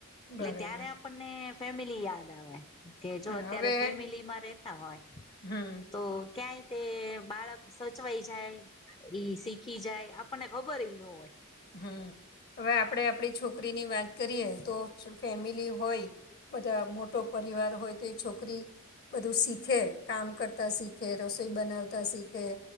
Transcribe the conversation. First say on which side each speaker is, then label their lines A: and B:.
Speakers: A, on the left; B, on the left.
A: બરાબર
B: એટલે ત્યારે આપને ફેમિલી યાદ આવે. કે જો
A: હા,
B: અત્યારે
A: હવે
B: ફેમિલી માં રેતા હોય
A: હમ
B: તો. ક્યાંય તે બાળક સચવાઈ જાય ઈ શીખે આપણને ખબર રય નો હોય.
A: હમ્મ, હવે આપડે આપડી છોકરીની વાત કરીએ તો ફેમિલી હોય. બધા મોટો પરિવાર હોય તો એ છોકરી બધું શીખે કામ કરતા શીખે રસોઈ બનાવતા શીખે